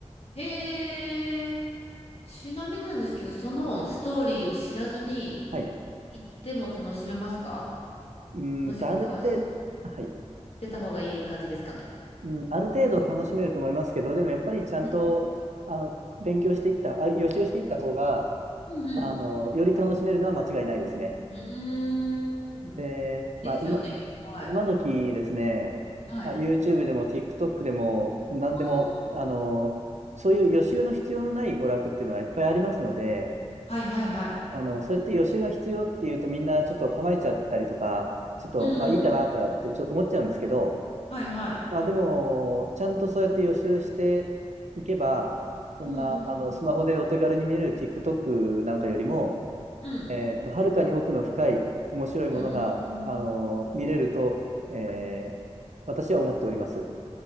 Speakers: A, on the left; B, on the right.
A: へえ、ちなみになんですけど、そのストーリーを知らずに
B: はい。はい。
A: 行っても楽しめますか
B: うーんと、
A: もしくは知っ
B: ある程度、はい。
A: てた方がいい感じですかね。
B: うん、ある程度楽しめると思いますけど、でもやっぱりちゃんとあの勉強していった、
A: うん
B: あ、予習していった方が、
A: うん
B: あの、より楽しめるのは間違いないですね。
A: うん。うーん。
B: で、まあ今、
A: ですよね。はい。
B: 今時ですね、
A: はい。
B: まあ、YouTube でも TikTok でも何でも、
A: あー
B: あの、そういう予習の必要のない娯楽っていうのがいっぱいありますので、
A: はいはいはい。
B: あの、そうやって予習が必要っていうとみんなちょっと構えちゃったりとか、ちょっとまあいいかなとかってちょっと思っちゃうんですけど、
A: うん。はいはい。
B: まあでも、ちゃんとそうやって予習していけば、そんな、
A: うんうん
B: あの、スマホでお手軽に見れる TikTok なんかよりも、
A: うん。うん。
B: えーっと、はるかに奥の深い面白いものが、
A: うん。
B: あの、見れると、えー私は思っております。